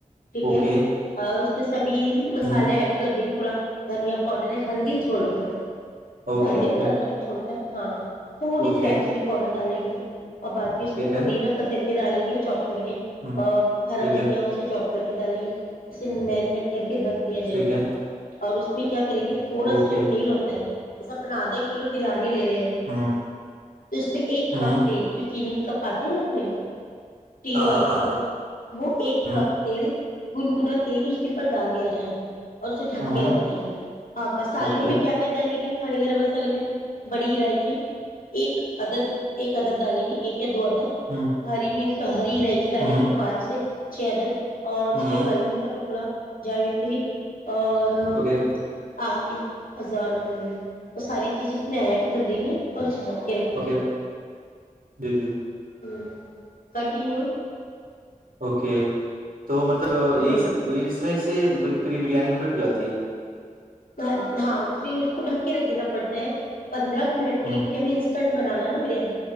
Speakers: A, on the left; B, on the right.
A: ٹھیک
B: اوکے
A: ہے اور اس میں سبھی مسالے
B: ہوں
A: ایڈ کر دیں گے تھوڑا دھنیا پاؤڈر ہے ہلدی چھوڑ کر ے
B: اوکے اوکے
A: رمرک چھوڑ کر ہاں تھوڑیڈ
B: اوکے
A: چلی پاڈرا لیی ہ <unintelligible> اور باقی اس
B: ٹھیک
A: میں پودینہ
B: ہے
A: قطر ک ڈالیں گے چوپ کرے
B: ہ
A: ہرا
B: ٹھیک
A: دھنیا
B: ہے
A: اس سے جاب کر کے ڈالیں گے اسے میرینیٹ کر کے رکھ دیا جائے
B: ٹھیک
A: گا
B: ہے
A: اور اس م کیا کریں گے تھوڑا
B: اوکے
A: سا جو تیل ہوتا ہے ایسا اپنا دا کلو بریانی لے رہے ہیں
B: ہوں
A: تو اس میں ایک
B: ہوں
A: کپ تیل جو چینینی کی کپاتے نا اپنے ٹی
B: ہاں
A: والے
B: ہاں آتے
A: کپ وہ ایک
B: ہیں
A: کپ تیل گنگنا تیل اس کے ا پرر ڈال دیا جائے گا اور اسے ڈھک
B: ہ
A: کے
B: ہ
A: رکھ دیا جائے گا ہاں مسالوں
B: اوکے
A: میں کیا کیا ڈالیں گے کھڑے گرم مسالے میں بڑی الائچی ایک عدد ایک عدد ڈالیں گے ایک کے دو عدد
B: ہ
A: ہری مرچ <unintelligible> الائچی ڈالیں
B: ہ
A: گے پانچ چھ چھ‌‌ عدد اور اس
B: ہ
A: میں کلمی کا ٹکڑا جاوتری اور
B: اوکے
A: ہاں ازان وہ ساری چیز اس میں ایڈ کر دیں گے اور جپکے ریکھین
B: اوکے جی جی
A: ہوں کنٹیینیو
B: اوکے تو مطلب یہی
A: ہوں
B: سب اس میں سے پھر یہ بریانی کمپلیٹ ہو جاتی ہے
A: ہاں ہاں اسی کو ڈھک کے رکھ دینا پڑتا ہے پندرہ منٹ
B: ہے
A: کے
B: ہ
A: لیے کیونک ہم انسٹنٹ بنانا ہے نا بریانی